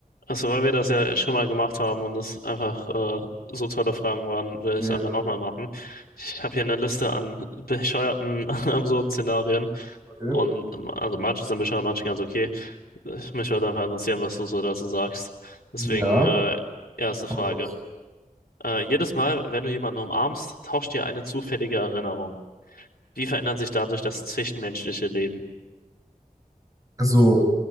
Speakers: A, on the left; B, on the right.
A: Also, weil wir das ja schon mal gemacht haben und es einfach äh, so tolle Fragen waren, will ich
B: Ja,
A: es einfach nochmal machen. Ich habe hier eine Liste an bescheuerten, <laughs> an absurden Szenarien.
B: okay.
A: Und ähm, also manche sind bescheuert, manche ganz okay. Äh, Mich würde einfach interessieren, was du so dazu sagst. Deswegen,
B: Ja,
A: äh, erste
B: hau
A: Frage.
B: raus.
A: Äh, jedes Mal, wenn du jemanden umarmst, tauscht dir eine zufällige Erinnerung. Wie verändert sich dadurch das zwischenmenschliche Leben?
B: Also